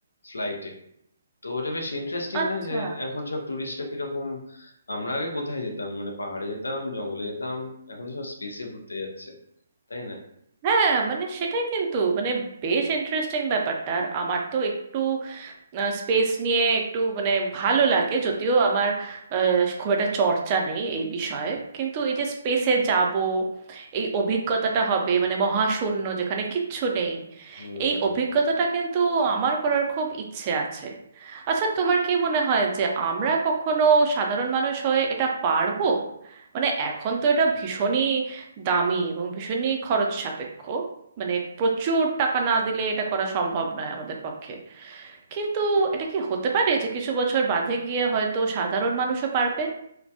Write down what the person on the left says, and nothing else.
ফ্লাইটে তো ওটা বেশ ইন্টারেস্টিং
না যে এখন সব ট্যুরিস্টরা কিরকম আমরা আগে কোথায় যেতাম মানে পাহাড়ে যেতাম জঙ্গলে যেতাম এখন তো সব স্পেসে ঘুরতে যাচ্ছে তাই না
হুম